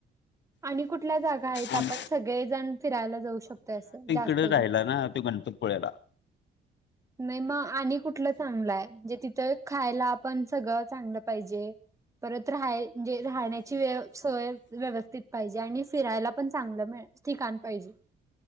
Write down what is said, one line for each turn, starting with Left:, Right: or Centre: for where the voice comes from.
Right: आणि कुठल्या जागा आहेत आपण
Left: आं
Right: सगळेजण फिरायला जाऊ शकतोय असं. जास्त
Left: तिकडं
Right: जण
Left: राहिला ना त्यो गण गणपतपुळ्याला.
Right: नाही मग आणि कुठलं चांगलंय हाय, म्हणजे तिथं खायला आपण सगळं चांगलं पाहिजे. परत राहायची राहण्याची वेव सोय व्यवस्थित पाहिजे आणि फिरायला पण चांगलं पाहिजे. ठिकाण पाहिजे